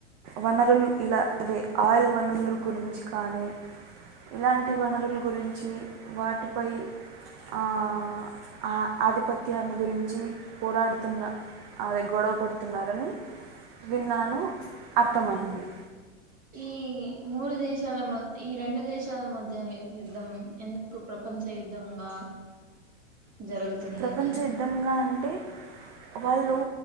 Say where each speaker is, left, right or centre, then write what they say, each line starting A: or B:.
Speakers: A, on the right (about 35°); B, on the right (about 25°).
A: వనరులు ఇలా అవే ఆయిల్ వనరుల గురించి కానీ ఇలాంటి వనరుల గురించి వాటిపై ఆ అది పతి అన్న గురించి ంచి పోరాడుతున్న అది గొడవ పడుతున్నారని విన్నాను అర్థమైంది
B: ఇ ఈ మూడు దేశాల మ ఈ రెండు దేశాల మధ్య యుద్ధం ఎందుకు ప్రపంచ యుద్ధం ఆ జరుగుతుంది
A: ప్రపంచ యుద్ధంగా అంటే వాళ్ళు